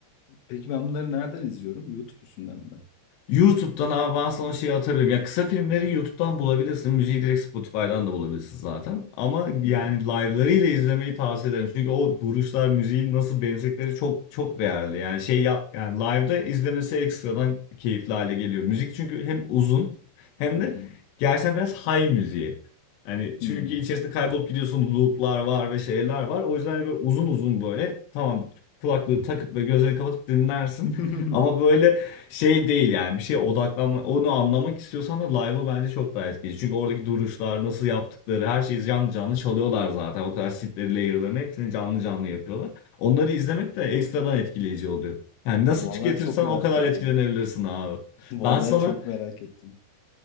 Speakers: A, on the left (about 85°); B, on the left (about 65°).
A: Peki ben bunları nereden izliyorum? YouTube üstünden mi?
B: YouTube'dan abi ben sana şey atabilirim. Ya kısa filmleri YouTube'dan bulabilirsin. Müziği direkt Spotify'dan da bulabilirsin zaten. Ama
A: Hı
B: yani
A: hı.
B: live'larıyla izlemeyi tavsiye ederim. Çünkü o duruşlar, müziği nasıl benzettikleri çok çok değerli. Yani şey ya, yani live'da izlemesi ekstradan keyifli hale geliyor. Müzik çünkü hem uzun hem
A: Hı hı.
B: de gerçekten biraz high müziği. Yani
A: Hmm.
B: çünkü içerisinde kaybolup gidiyorsun loop'lar var ve şeyler var. O yüzden hani böyle uzun uzun böyle tamam kulaklığı takıp ve gözlerini kapatıp dinlersin.
A: <laughs>
B: Ama böyle şey değil yani bir şeye odaklanma onu anlamak istiyorsan da live'ı bence çok daha etkili. Çünkü oradaki duruşlar, nasıl yaptıkları her şeyi canlı canlı çalıyorlar zaten. O kadar synth'leri, layer'larını hepsini canlı canlı yapıyorlar. Onları izlemek de ekstradan etkileyici oluyor. Yani nasıl
A: Vallahi
B: tüketirsen
A: çok merak
B: o kadar
A: ettim.
B: etkilenebilirsin abi.
A: <laughs> Vallahi
B: Ben sana
A: çok merak ettim.